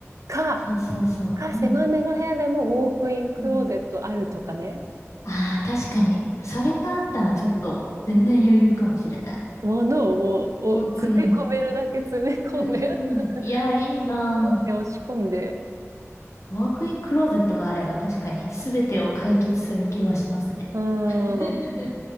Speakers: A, on the right; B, on the left.
A: か、
B: そうそうそう。
A: か、
B: うん。
A: 狭めの部屋でもウォークインクローゼットあるとかね。
B: うんああ、確かに。それがあったらちょっと、全然余裕かもしれない。
A: ものをもう、お詰め込めるだけ詰め込んで
B: ウォークイン。うーん。
A: <laughs>
B: いや、いいなあ。
A: 押し込んで、押し込んで。
B: ワークインクローゼットがあれば確かに全てを解決する気はしますね。
A: うん。
B: <laughs>